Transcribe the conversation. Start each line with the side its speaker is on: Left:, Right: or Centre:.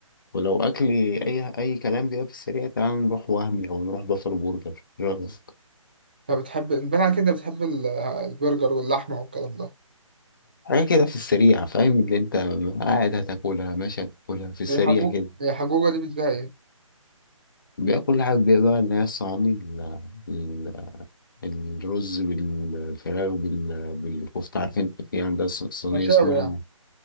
Left: ولو اكل اي اي كلام كده في السريع تعال نروح وهمي او نروح بافلو برجر إيه رأيك؟
Right: انت بتحب باين عليك انت بتحب ال- البرجر واللحمه والكلام ده
Left: حاجه كده في السريع فاهم اللي انت قاعد هتاكلها ماشي هتاكلها في السريع
Right: هي حجو
Left: كده
Right: هي حجوجه دي بتبيع ايه؟
Left: بقى كل حاجه بقى اللي هي الصواني ال- ال- الرز بالفراخ بال- بالكفته عارف انت في عندها ص- صينيه
Right: مشاوي
Left: اسمها
Right: يعني